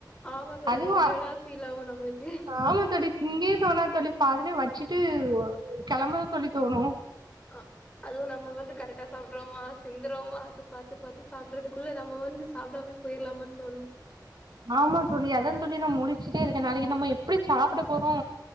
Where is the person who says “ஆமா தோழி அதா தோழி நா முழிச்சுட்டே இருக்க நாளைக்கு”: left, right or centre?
Right